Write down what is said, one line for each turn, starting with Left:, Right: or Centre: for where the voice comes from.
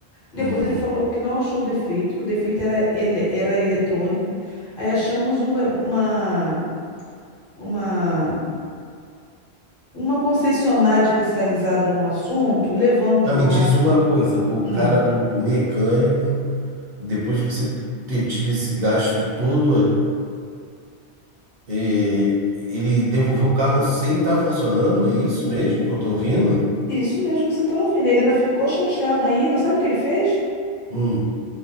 Left: Depois
Right: Uhum.
Left: ele falou que não achou defeito, que o defeito era, ele, era eletrônico. Aí achamos um- uma, uma, uma concessionária especializada no assunto, levamos
Right: Mas
Left: lá.
Right: me diz uma coisa, o
Left: Hum,
Right: cara do o mecânico, depois de você ter tido esse gasto todo, eh, ele devolveu o carro sem estar funcionando? É isso mesmo que eu tô ouvindo?
Left: isso mesmo que você está ouvindo. Ele ainda ficou chateado ainda. Sabe o que ele fez?
Right: Hum.